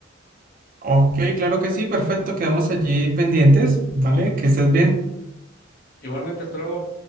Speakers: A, on the right; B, on the left.
A: Ok, claro que sí, perfecto, quedamos allí pendientes, ¿vale? Que estés bien.
B: Igualmente, hasta luego.